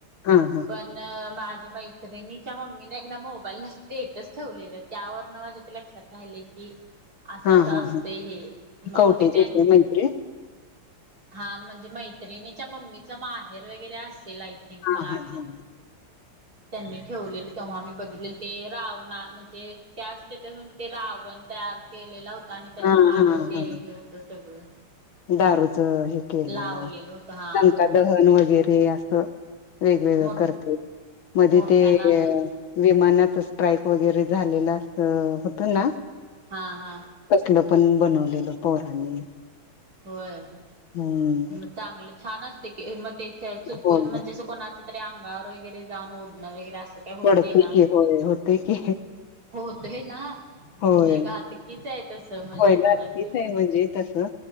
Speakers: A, on the left; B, on the right.
A: हा हा
B: पण मा माझ्या मैत्रिणीच्या मम्मीने एकदा मोबाईलला <unintelligible> तेच ठेवलेलं त्यावरन माझ्या ते लक्षात राहिले की असं
A: हा
B: असं
A: हा
B: असतं
A: हा
B: हे मग
A: कवटेच्या
B: बहुतेक त्यां
A: इथे मैत्रीण
B: हा म्हणजे मैत्रिणीच्या मम्मीच माहेर वगैरे असं <inaudible>
A: हा
B: मला
A: हा हा
B: त्यांनी ठेवलेलं तेव्हा मगं बघितले ते राव म्हणजे त्या त्या ते रावण तयार केलेला हो आणि त्याच्या
A: हा
B: माग
A: हा हा
B: ते
A: हा
B: हे होत सगळं-
A: दारूच हे केलेलं,
B: लावलेलं होतं हा.
A: लंका दहन वगैरे असं. वेगवेगळं
B: मो
A: करते. मध्ये
B: मोठ्याना
A: ते
B: असत
A: विमानाच स्ट्राईक वगैरे झालेलं असं होत ना
B: हा हा.
A: तसलं पण बनवलेलं पोरांनी.
B: होय.
A: हम्म.
B: मग चांगलं छान! असते की मग ते चुकून
A: होय
B: म्हणजे असं कोणाच्या तरी अंगावर वगैरे जाऊन उडणं वगैरे असं काही होत
A: पडते
B: नाही ना.
A: की होय होते की
B: होतय ना.
A: होय,
B: म्हणजे घातकीच आहे तसं म्हणजे
A: होय, घातकीच
B: बघायला गेलं
A: आहे म्हणजे
B: तर.
A: तसं